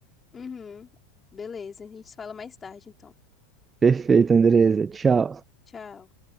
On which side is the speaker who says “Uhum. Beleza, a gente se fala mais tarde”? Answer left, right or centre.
Left